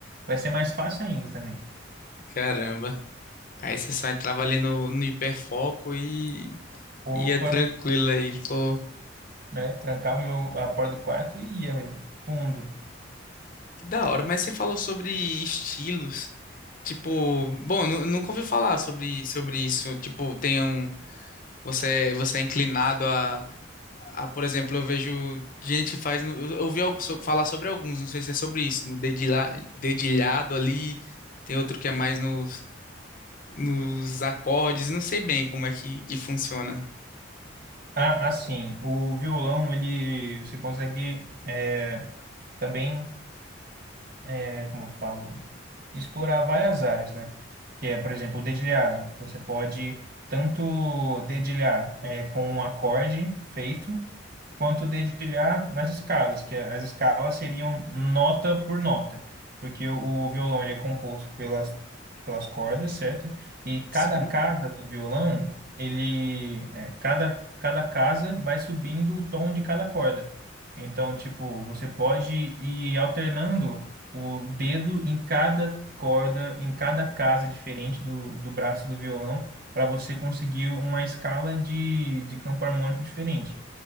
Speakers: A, on the right; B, on the left.
A: vai ser mais fácil ainda também.
B: Caramba. Aí você só entrava ali no, no hiperfoco e
A: Opa,
B: e ia tranquilo aí, pô.
A: né? Trancava meu, a porta do quarto e ia, velho. Fundo.
B: Que da hora, mas você falou sobre estilos. Tipo, bom, nu- nunca ouvi falar sobre, sobre isso. Tipo, tem um. Você, você é inclinado Ah, por exemplo, eu vejo gente que faz. no- Eu eu ouvi algo so- falar sobre alguns, não sei se é sobre isso, no dedilha- dedilhado ali, tem outro que é mais nos, nos acordes, não sei bem como é que, que funciona.
A: Ah, assim, o violão, ele, você consegue é, também, é, como eu falo, explorar várias áreas, né? Que é, por exemplo, o dedilhado. Você pode tanto dedilhar é, com um acorde feito, quanto dedilhar nas escalas, que as escalas seriam nota por nota, porque o, o violão ele é composto pelas, pelas cordas, certo? E cada
B: Sim.
A: casa do violão, ele é, cada, cada casa vai subindo o tom de cada corda. Então, tipo, você pode ir alternando o dedo em cada corda, em cada casa diferente do, do braço do violão, para você conseguir uma escala de, de campo harmônico diferente.